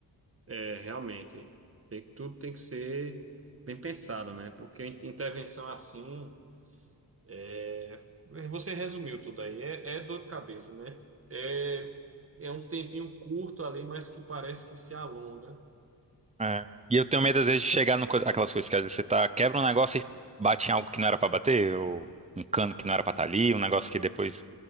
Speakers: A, on the right; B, on the right.
A: É, realmente. Tem- Tudo tem que ser bem pensado, né? Porque in- intervenção assim. É, você resumiu tudo aí. É, é dor de cabeça, né? É, é um tempinho curto ali, mas que parece que se alonga.
B: É. E eu tenho medo, às vezes, de chegar no co- aquelas coisas que às vezes você tá, quebra um negócio e bate em algo que não era pra bater, ou um cano que não era pra estar ali, um negócio que depois,